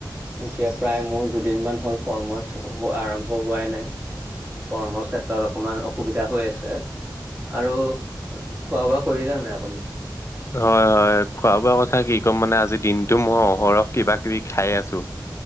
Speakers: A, on the right; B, on the left.
A: এতিয়া প্ৰায় মোৰ দুদিনমান হ'ল কৰ্ম আৰম্ভ হোৱাই নাই। কৰ্ম ক্ষেত্ৰত অকমান অসুবিধা হৈ আছে আৰু খোৱা বোৱা কৰিলে নাই আপুনি?
B: হয়, হয় খোৱা বোৱা কথা কি ক'ম মানে আজি দিনটো মই অহৰহ কিবা কিবি খাই আছোঁ। <inaudible>